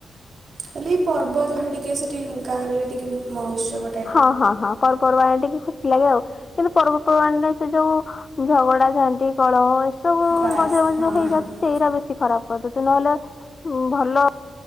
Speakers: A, on the right; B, on the left.
A: ହେଲେ ଏଇ ପର୍ବ ଯାହା ଟିକେ ସେଠି ଗାଁ ରେ ଟିକେ ମହସ ବଟ
B: ହଁ ହଁ ହଁ ପର୍ପର୍ବାଣି ଟିକେ ଖୋଥିଲାାଗେ ଆଉ କିନ୍ତୁ ପର୍ବପର୍ବାଣିରେ ସେ ଯୋଉ ଝଗଡା ଝାଣ୍ଟି କଳହ ସବୁ
A: ବାସ୍
B: ମ୍ିର ମ୍ିର
A: ହଁ।
B: ହେଇଯାଉଛି ସେଇରାା ବେଶୀ ଖରାପ କରିଦଛନ୍ତି ନହେଲେ ଭଲ